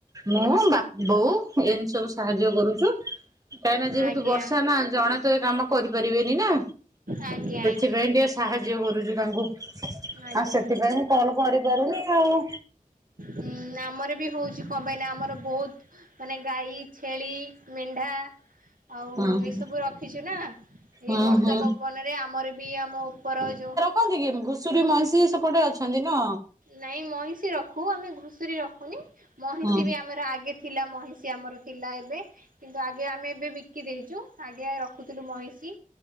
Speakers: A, on the right; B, on the right.
A: ମୁଁ ବା ବୋଉ ଏମିତି ସବୁ ସାହାଯ୍ୟ କରୁଛୁ। କାହିଁ ନା ଯେହେତୁ
B: ଆଜ୍ଞା
A: ବର୍ଷା ନା ଜଣେ ତ ଏ କାମ କରିପାରିବେନି ନା।
B: ଆଜ୍ଞା ଆଜ୍ଞ୍
A: ସେଥିପାଇ ଟିକେ ସାହାଯ୍ୟ କରୁଚୁ ତାଙ୍କୁ।
B: ଆଜ୍ଞା।
A: ଆଉ ସେଥିପାଇଁ ମୁଁ କଲ୍ କରିପାରୁନି ଆଉ
B: ଉଁ ଆମର ବି ହଉଛି କଣ ପାଇଁ ନା ଆମର ବହୁତ ମାନେ ଗାଈ ଛେଳି ମେଣ୍ଢା ଆଉ
A: ହୁଁ ହୁଁ
B: ଏଇସବୁ ରଖିଛୁ ନା। ଏଇ
A: ହୁଁ
B: ବର୍ଷା
A: ହୁଁ।
B: ପବନରେ ଆମର ବି ଆମ ଉପର ଯୋଉ
A: କହନ୍ତି କି ଘୁଷୁରୀ ମଇଁଷି ସେପଟେ ଅଛନ୍ତି ନା।
B: ନାଇଁ ମଇଁଷି ରଖୁ ଆମେ ଘୁଷୁରୀ ରଖୁନି ମଇଁଷି
A: ହୁଁ
B: ବି ଆମର ଆଗେ ଥିଲା ମହିଷି ଆମର ଥିଲା ଏବେ, କିନ୍ତୁ ଆଗେ ଆମେ ଏବେ ବି କି ଦେଇଚୁ, ଆଗେ ରଖୁଥୁଲୁ ମହିଷି।